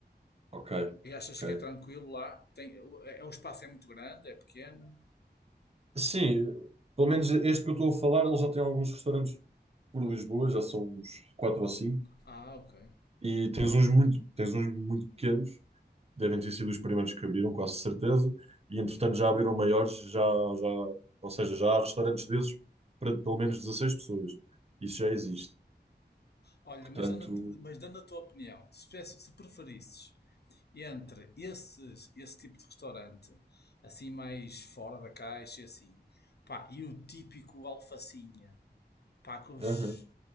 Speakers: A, on the right; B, on the left.
A: Ok,
B: E achas
A: ok.
B: que é tranquilo lá? Tem, é, é- o espaço é muito grande, é pequeno?
A: Sim, pelo menos este que eu estou a falar, ele já tem alguns restaurantes por Lisboa, já são uns 4 ou cinco
B: Ah, ok.
A: E tens uns muito, tens uns muito pequenos, devem ter sido os primeiros que abriram, quase certeza. E entretanto já abriram maiores, já, já, ou seja, já há restaurantes desses para pelo menos 16 pessoas. Isso já existe.
B: Olha,
A: Portanto,
B: mas dando, mas dando a tua opinião, se, tivesse- se preferisses entre esses, esse tipo de restaurante, assim mais fora da caixa, e assim, pá, e o típico alfacinha, pá, com os,
A: aham.